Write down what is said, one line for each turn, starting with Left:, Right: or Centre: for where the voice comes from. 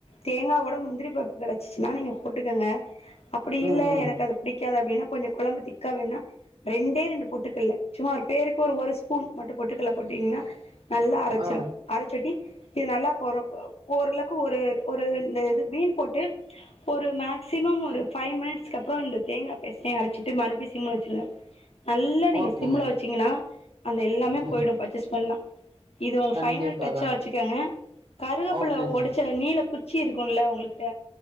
Left: தேங்கா ஓட முந்திரி பருப்பு கெடைச்சிச்சுன்னா நீங்க போட்டுக்கங்க அப்டி
Right: ம்
Left: இல்ல
Right: ம்
Left: எனக்கு அது புடிக்காது அப்படின்னா கொஞ்ச கொழம்பு திக்கா வேண்ணா ரெண்டே ரெண்டு பொட்டுக்கல்ல சும்மா ஒரு பேருக்கு ஒரு ஒரு ஸ்பூன் மட்டும் பொட்டுக்கல்ல போட்டீங்கன்னா நல்லா அரைச்சிரு
Right: ஆ
Left: அரைச்சட்டி இது நல்லா கொர கோரலுக்கு ஒரு ஒரு இந்த இது மீன் போட்டு ஒரு மேக்சிமம் ஒரு பைவ் மினிட்ஸ்கு அப்பறோ இந்த தேங்கா பேஸ்டையு அரைச்சிட்டு மறுபடி சிம்ல வச்சிருங்க நல்லா நீங்க
Right: ஓகேங்க
Left: சிம்ல வச்சீங்கன்னா அந்த எல்லாமே
Right: ம்
Left: போயிடு பச்ச ஸ்மெல்லா இது ஒரு
Right: கண்டிப்பாக
Left: பைனல் டச்சா வச்சுக்கோங்க கருகப்புள்ள
Right: ஓகேங்க
Left: ஒடிச்ச நீளகுச் சி இருக்கும்ல்ல உங்கள்ட்ட